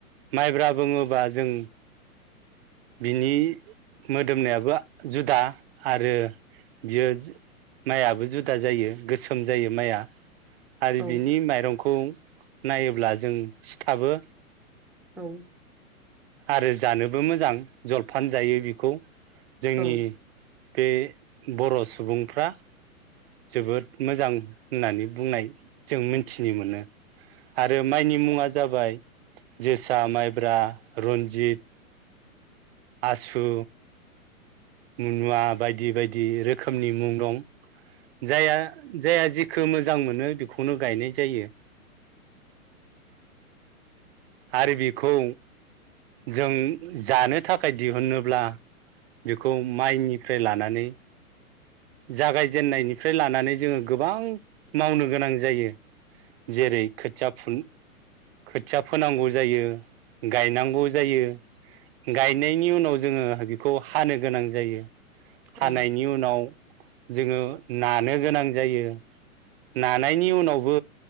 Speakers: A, on the right; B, in the centre.
A: माइब्रा बुङोबा जों बिनि मोदोमनायाबो जुदा आरो बियो माइयाबो जुदा जायो गोसोम जायो माइआ‌ आरो
B: औ
A: बिनि माइरंखौ नायोब्ला जों सिथाबो
B: औ
A: आरो जानोबो मोजां जलफान जायो बेखौ जोंनि
B: औ
A: बे बर' सुबुंफ्रा जोबोद मोजां होननानै बुंनाय जों मिथिनो मोनो। आरो माइनि मुङा जाबाय जोसा माइब्रा रन्जित आसु मनुवा बायदि बायदि रोखोमनि मुं दं जाया जाहा जि मोजां मोनो खौनो गायनाय जायो आरो बेखौ जों जानो थाखाय दिहुनोब्ला बेखौ माइनिफ्राय लानानै जागायजेननायनिफ्राय लानानै जोङो गोबां मावनो गोनां जायो जेरै खोथिया फुन खोथिया फोनांगौ जायो गायनांगौ जायो गायनायनि उनाव जोङो बेखौ हानो गोनां जायो
B: औ
A: हानायनि उनाव जोङो नानो गोनां जायो नानायनि उनावबो